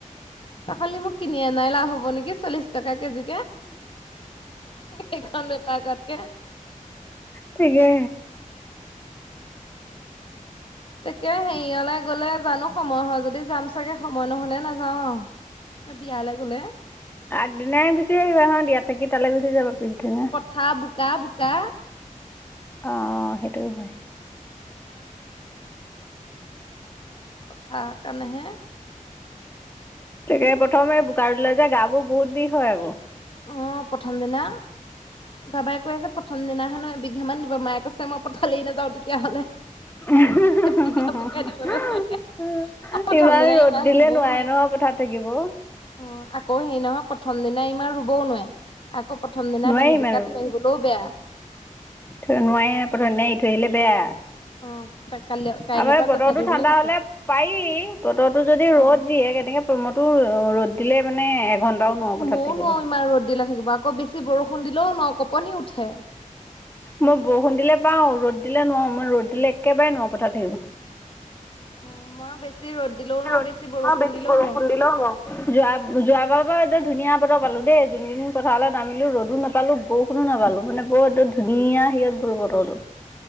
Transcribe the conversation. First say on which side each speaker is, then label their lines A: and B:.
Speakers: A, on the left; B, on the left.
A: তাকালি মোক কিনি আ নাই লাভ হব নেকি চল্লি টকা কেজি সেইখন বেপাৰ কতকে
B: ঠিকে
A: তাকে হেৰিয়লে গলে জানো সময় হয় যদি যাম চাগে সময় নহলে নাযাও আৰু এ বিয়ালৈ গলে
B: আগদিনাই গুচি আহিবা হ দিয়াত থাকি তালৈ গুচি যাব পুছদিনা
A: ফা বোকা বোকা।
B: অ' সেইটোও হয়।
A: কথাৰ কাৰণেহে।
B: তাকে প্ৰথমে বোকা দিলে যে গা বোৰ বহুত বিষ হয় আকৌ।
A: অ' প্ৰথম দিনা। বাবাই কৈ আছে প্ৰথম দিনা হেনো এবিঘা মান দিব মায়ে কৈছে মই পঠালেই নাযাওঁ তেতিয়াহ'লে।
B: ইমান
A: এবিঘা
B: ৰ'দ
A: বোকা দিবলৈ
B: দিলে
A: হ'লে
B: নোৱাৰে
A: প্ৰথম
B: নহয়
A: দিনাই ইমান ৰুবও
B: পথাৰ
A: নোৱাৰে।
B: থাকিব।
A: অ' আকৌ হেৰি নহয় প্ৰথম দিনা ইমান ৰুবওঁ নোৱাৰে। আকৌ প্ৰথম দিনা
B: নোৱাৰি
A: বাঁহী
B: ইমান
A: বোকাত পৰিবলৈও বেয়া।
B: থৈ <unintelligible> প্ৰথম দিনা এৰি থৈ আহিলে বেয়া।
A: অ ত কাইলৈ কাইলৈৰ
B: আমাৰ
A: পৰা
B: বতৰটো
A: কঠিয়া তুলিবলৈ
B: ঠাণ্ডা
A: কৈছে
B: হ'লে পাৰি বতৰটো যদি ৰ'দ
A: অ
B: দিয়ে কেনেকে <unintelligible> ৰ'দ দিলে মানে এঘণ্টাও নোৱাৰো পথাৰত
A: মইও
B: থাকিব।
A: নোৱাৰো ইমান ৰ'দ দিলে থাকিব আকৌ বেছি বৰষুণ দিলেও ন কপনি উঠে।
B: মই বৰষুণ দিলে পাৰো ৰ'দ দিলে নোৱাৰো মই ৰ'দ দিলে একেবাৰে নোৱাৰো পথাৰত থাকিব।
A: উম' মই বেছি ৰ'দ দিলেওঁ নোৱাৰ
B: দিলেও
A: বেছি
B: নোৱাৰোঁ
A: বৰষুণ
B: বেছি
A: দিলেওঁ নোৱাৰো।
B: দিলেও নোৱাৰোঁ যোৱা যোৱাবাৰৰ পৰা একদম ধুনীয়া বতাহ পালো দেই যোন কেইদিন পথাৰলৈ নামিলো ৰ'দো নাপ পালো বৰষুণো নাপালো মানে বৰ ধুনীয়া হিৰত গ'ল বতৰটো।